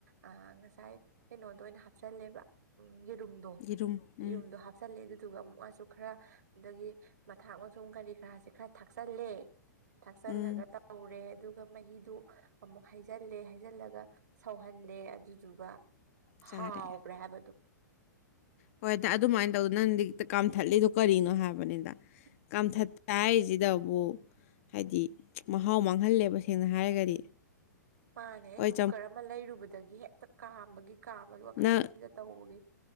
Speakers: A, on the right; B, on the left.
A: ꯑ ꯉꯁꯥꯏ ꯀꯩꯅꯣꯗꫭ ꯑꯣꯏꯅ ꯍꯥꯞꯆꯜꯂꯦꯕ꯫ ꯌꯦꯔꯨꯝꯗꯣ
B: ꯌꯦꯔꯨꯝ ꯎꯝ
A: ꯌꯦꯔꯨꯝꯗꯣ ꯍ ꯍꯥꯞꯆꯜꯂꯦ ꯑꯗꯨꯗꯨ ꯑꯃꯨꯛ ꯃꯥꯁꯨ ꯈꯔ ꯑꯗꯒꯤ ꯃꯊꯥꯛ ꯃꯊꯨ ꯁꯨꯝ ꯀꯔꯤ ꯀꯔꯥꯁꯦ ꯈꯔ ꯊꯥꯛꯆꯤꯜꯂꯦ ꯊꯥꯛꯆꯤꯜꯂꯒ
B: ꯎꯝ
A: ꯇꯧꯔꯦ ꯑꯗꯨꯒ ꯃꯍꯤꯗꯨ ꯑꯃꯨꯛ ꯍꯩꯖꯤꯜꯂꯦ ꯍꯩꯖꯤꯜꯂꯒ ꯁꯧꯍꯜꯂꯦ ꯑꯗꯨꯗꯨꯒ
B: ꯆꯥꯔꯦ
A: ꯍꯥꯎꯒꯔꯦ ꯍꯥꯏꯕꯗꯨꯝ꯫
B: ꯍꯣꯏ ꯑꯗꯨꯃꯥꯏꯅ ꯇꯧꯗ ꯅꯪꯗꯤ ꯍꯦꯛꯇ ꯀꯥꯝꯊꯠꯂꯤꯗꯣ ꯀꯔꯤꯅꯣ ꯍꯥꯏꯕꯅꯤꯗ꯫
A: <inaudible>
B: ꯀꯥꯝꯊꯠ ꯍꯥꯏꯔꯤꯁꯤꯗꯕꯨ ꯍꯥꯏꯗꯤ ꯃꯍꯥꯎ ꯃꯥꯡꯍꯜꯂꯦꯕ ꯁꯦꯡꯅ ꯍꯥꯏꯔꯒꯗꯤ꯫
A: ꯃꯥꯥꯅꯦ ꯑꯩ
B: ꯍꯣꯏ
A: ꯀꯨꯀꯔ ꯑꯃ ꯂꯩꯔꯨꯕꯗꯒꯤ ꯍꯦꯛꯇ ꯀꯥꯞ ꯕꯒꯤ ꯀꯥꯕꯒꯤ ꯋꯥꯈꯜꯁꯤꯗ
B: ꯅ
A: ꯇꯧꯕꯒꯤ